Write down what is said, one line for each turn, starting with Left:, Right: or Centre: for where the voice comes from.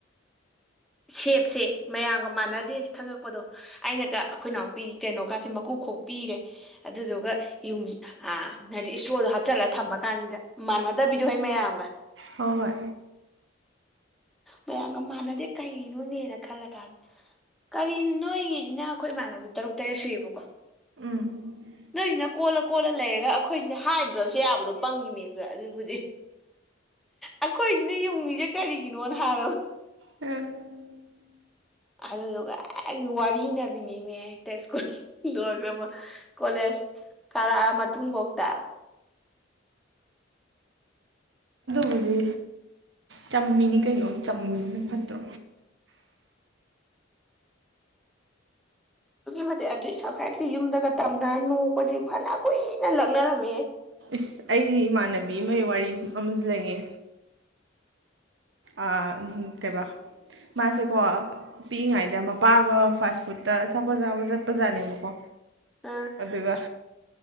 Centre: ꯁꯦꯞꯁꯦ ꯃꯌꯥꯝꯒ ꯃꯥꯟꯅꯗꯦꯁꯦ ꯈꯪꯉꯛꯄꯗꯣ ꯑꯩꯅꯒ ꯑꯩꯈꯣꯏ ꯏ ꯅꯥꯎꯄꯤ ꯀꯩꯅꯣꯀꯥꯁꯦ ꯃꯀꯨꯈꯣꯛ ꯄꯤꯔꯦ ꯑꯗꯨꯗꯨꯒ ꯌꯨꯝ ꯑ ꯍꯥꯏꯗꯤ ꯏꯁꯇꯣꯗꯣ ꯍꯥꯞꯆꯤꯜꯂꯒ ꯊꯝꯃ ꯀꯥꯟꯁꯤꯗ ꯃꯥꯟꯅꯗꯕꯤꯗꯣ ꯍꯣꯏ ꯃꯌꯥꯝꯒ
Right: ꯍꯣꯏ ꯍꯣꯏ
Centre: ꯃꯌꯥꯝꯒ ꯃꯥꯟꯅꯗꯦ ꯀꯩꯅꯣꯅꯦꯅ ꯈꯜꯂ ꯀꯥꯟꯗ ꯀꯔꯤꯅꯣ ꯅꯣꯏꯒꯤꯁꯤꯅ ꯑꯩꯈꯣꯏ ꯏꯃꯥꯟꯅꯕꯤ ꯇꯔꯨꯛ ꯇꯔꯦꯠ ꯁꯨꯏꯌꯦꯕꯀꯣ
Right: ꯎꯝ <unintelligible> <inaudible>
Centre: ꯅꯣꯏꯁꯤꯅ ꯀꯣꯜꯂ ꯀꯣꯜꯂ ꯂꯩꯔꯒ ꯑꯩꯈꯣꯏꯁꯤꯅ ꯍꯥꯏꯗ꯭ꯔꯁꯨ ꯌꯥꯕꯗꯣ ꯄꯪꯉꯤ ꯕꯥ ꯑꯗꯨꯕꯨꯗꯤ ꯑꯩꯈꯣꯏꯁꯤꯅ ꯌꯨꯡꯉꯤꯁꯦ ꯀꯔꯤꯒꯤꯅꯣꯅ ꯍꯥꯏꯔꯕ
Right: ꯑꯦ <unintelligible> <inaudible>
Centre: ꯑꯗꯨꯗꯨꯒ ꯑꯩ ꯋꯥꯔꯤꯅꯕꯤꯅꯤꯃꯦ ꯍꯦꯛꯇ ꯁ꯭ꯀꯨꯜ ꯂꯣꯏꯒ꯭ꯔ ꯑꯃ ꯀꯣꯂꯦꯖ ꯀꯥꯔꯛꯑ ꯃꯇꯨꯡꯐꯧꯇ
Right: ꯑꯗꯨꯗꯤ ꯆꯝꯃꯤꯅꯤ ꯀꯩꯅꯣ ꯆꯝꯃꯤꯅ ꯐꯠꯇ꯭ꯔꯣ
Centre: ꯑꯗꯨꯛꯀꯤ ꯃꯇꯤꯛ ꯑꯗꯨꯏꯁꯨ ꯍꯦꯛꯇꯤ ꯌꯨꯝꯗꯒ ꯇꯝꯅꯔ ꯅꯣꯛꯄꯁꯤ ꯐꯅ ꯀꯨꯏꯅ ꯂꯛꯅꯔꯝꯃꯦ
Right: ꯏꯁꯁ ꯑꯩ ꯏꯃꯥꯟꯅꯕꯤ ꯑꯃꯒꯤ ꯋꯥꯔꯤ ꯑꯃꯁꯨ ꯂꯩꯌꯦ ꯑꯥ ꯀꯩꯕ ꯃꯥꯁꯦꯀꯣ ꯄꯤꯛꯏꯉꯩꯗ
Centre: ꯎꯝ
Right: ꯄꯥꯒ ꯐꯥꯁ ꯐꯨꯗꯠꯇ ꯑꯆꯄꯣꯠ ꯆꯥꯕ ꯆꯠꯄꯖꯥꯠꯅꯦꯕꯀꯣ
Centre: ꯎꯝ
Right: ꯑꯗꯨꯒ